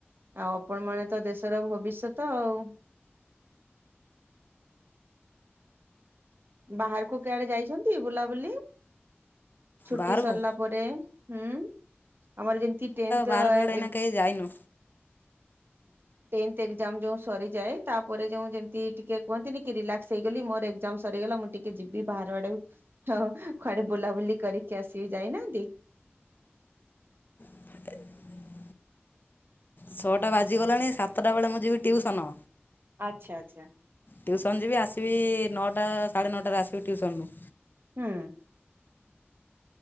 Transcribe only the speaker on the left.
ବାହାରକୁ
ବାହାରକୁ ଆଡ଼େ ଏଇନା
କେହି ଯାଇନୁ
<inaudible> ଛଅଟା ବାଜିଗଲାଣି ସାତଟା ବେଳେ ମୁଁ ଯିବି ଟିୟୁସନ।
ଟ୍ୟୁସନ୍ ଯିବି ଆସିବି ନଅଟା ସାଢ଼େ ନଅଟାରେ ଆସିବି ଟ୍ୟୁସନ୍‌ରୁ।